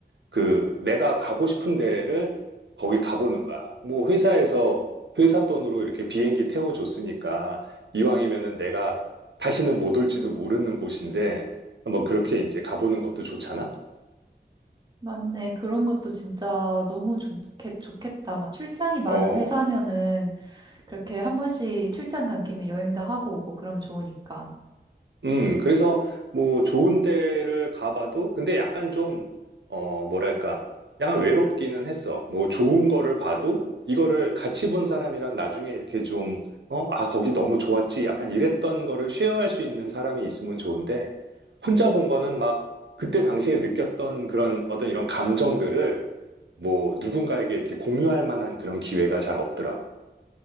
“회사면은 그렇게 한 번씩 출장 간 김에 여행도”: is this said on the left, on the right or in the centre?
Right